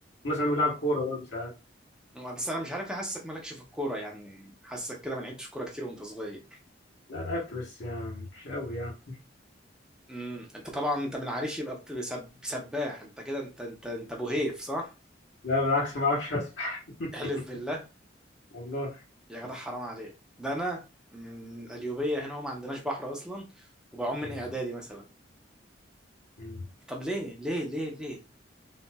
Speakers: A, on the left (about 70°); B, in the centre.
A: مثلا بنلعب كورة برضه ساعات
B: م- بس انا مش عارف ليه حاسسك مالكش في الكورة يعني حاسسك كده ما لعبتش كورة كتير وانت صغير
A: لا لعبت بس يعني مش قوي يعني
B: امم انت طبعا انت من عريش يبقى بت- سب- سباح انت كده انت انت انت ابو هيف صح
A: لا بالعكس ما بعرفش أسبح <laughs>
B: احلف بالله
A: والله
B: يا جدع حرام عليك ده انا من القليوبية هنا وما عندناش بحر اصلا وبعوم
A: مم.
B: من اعدادي مثلا
A: مم.
B: طب ليه ليه ليه ليه